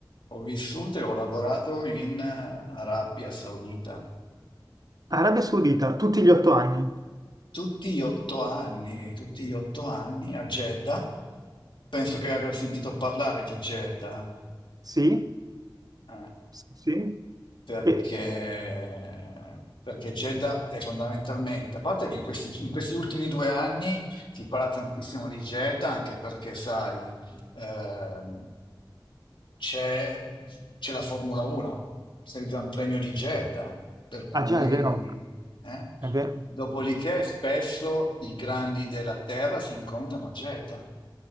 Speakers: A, on the left; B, on the right.
A: ho vissuto e ho lavorato in eh, Arabia Saudita.
B: Arabia Saudita, tutti gli otto anni.
A: Tutti gli otto anni, tutti gli otto anni a Jeddah. Penso che aver sentito parlare di Jeddah.
B: Sì,
A: eh,
B: sì, sì.
A: perché,
B: E,
A: perché Jeddah è fondamentalmente, a parte che in questi, in questi ultimi due anni si parla tantissimo di Jeddah, anche perché, sai, ehm, c'è, c'è la Formula 1 il Gran Premio di Jeddah, per cui...
B: ah già, è vero,
A: eh.
B: è vero.
A: Dopodiché spesso i grandi della terra si incontrano a Jeddah.